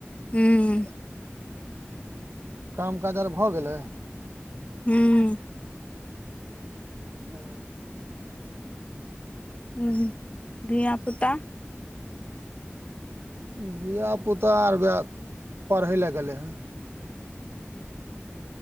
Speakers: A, on the left (about 30°); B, on the right (about 70°).
A: हूॅं।
B: काम काज आर भऽ गेलै।
A: हूँ।
B: किहाल।
A: हूँ धियापुता।
B: धिआपुता आर वेह पढ़ै लए गेलै हन।